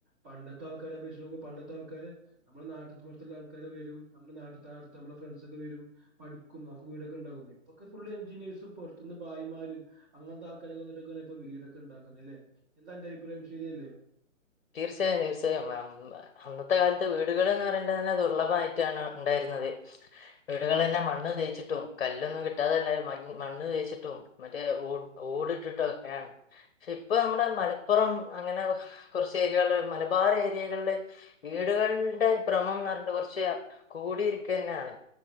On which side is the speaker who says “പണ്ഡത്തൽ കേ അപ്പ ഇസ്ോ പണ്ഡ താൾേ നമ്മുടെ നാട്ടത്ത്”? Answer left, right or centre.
Right